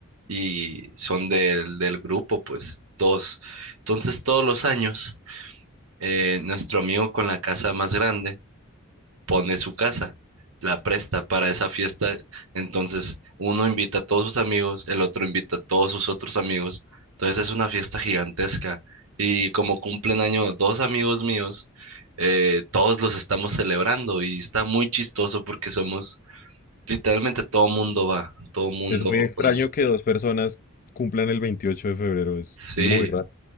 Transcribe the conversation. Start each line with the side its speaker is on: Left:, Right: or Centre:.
Right: y son del, del grupo, pues, dos. Entonces, todos los años, eh, nuestro amigo con la casa más grande, pone su casa, la presta para esa fiesta. Entonces, uno invita a todos sus amigos, el otro invita a todos sus otros amigos. Entonces, es una fiesta gigantesca. Y como cumplen año dos amigos míos, eh, todos los estamos celebrando y está muy chistoso porque somos, literalmente todo mundo va, todo mundo
Left: Es muy extraño
Right: conoce.
Left: que dos personas cumplan el 28 de febrero. Es
Right: Sí,
Left: muy raro.